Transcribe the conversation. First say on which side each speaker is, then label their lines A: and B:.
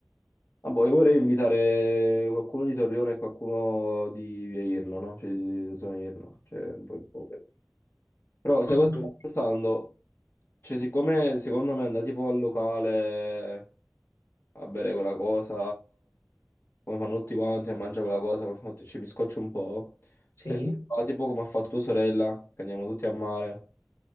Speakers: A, on the left; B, on the left.
A: Ah, boh, io vorrei invitare qualcuno di Torrione e qualcuno di Via Irno, no? Cioè, di di zona Irno. Cioè, un po'... un po'. Però, secondo
B: Non tu.
A: stavo pensando, cioè, siccome secondo me andare tipo al locale a bere quella cosa... come fanno tutti quanti a mangiare quella cosa, poi fanno, "Ti- ci mi scoccio un po'.
B: Sì?
A: E si fa tipo come ha fatto tua sorella, che andiamo tutti a mare,